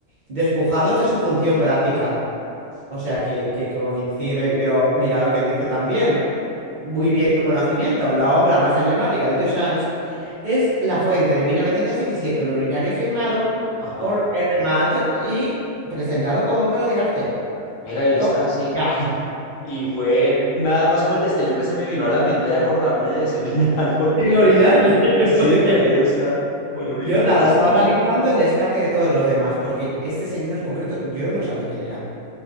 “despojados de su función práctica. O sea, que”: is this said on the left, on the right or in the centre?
Right